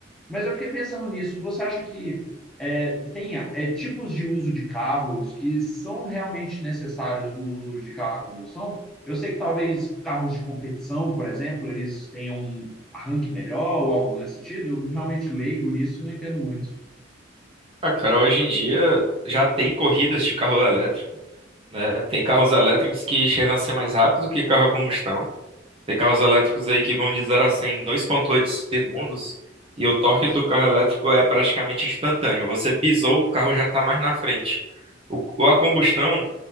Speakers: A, in the centre; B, on the right.
A: Mas eu fiquei pensando nisso. Você acha que é, tem é, tipos de uso de carros que são realmente necessários o uso de carro a combustão? Eu sei que talvez carros de competição, por exemplo, eles tenham um arranque melhor ou algo nesse sentido. Eu realmente leigo nisso e não entendo muito.
B: Ah, cara, hoje em dia já tem corridas de carro elétrico, né? Tem carros elétricos que chegam a ser mais rápidos do que carro a combustão. Tem carros elétricos aí que vão de 0 a 100 em 2,8 segundos e o torque
A: Nossa.
B: do carro elétrico é praticamente instantâneo. Você pisou, o carro já está mais na frente. O, o- a combustão